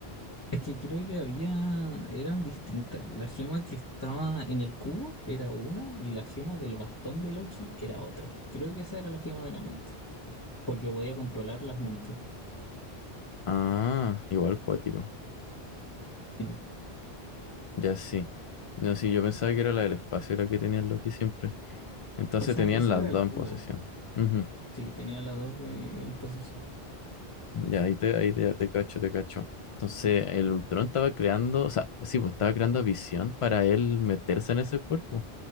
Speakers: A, on the left; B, on the left.
A: Es que creo que había, eran distintas. La gema que estaba en el cubo era una y la gema del bastón de Loki era otra. Creo que esa era la gema de la mente, porque podía controlar las mentes.
B: Ah, igual cuático.
A: Sí.
B: Ya sí. Ya sí, yo pensaba que era la del espacio, era que tenían lo que siempre. Entonces
A: O sea,
B: tenían
A: esa
B: las
A: era el
B: dos en
A: cubo.
B: posesión. Ujú.
A: Sí, tenía las dos de- en posición.
B: Ya, ahí te, ahí te, ya te cacho, te cacho. Entonces el Ultron estaba creando, o sea, sí, pues estaba creando visión para él meterse en ese cuerpo.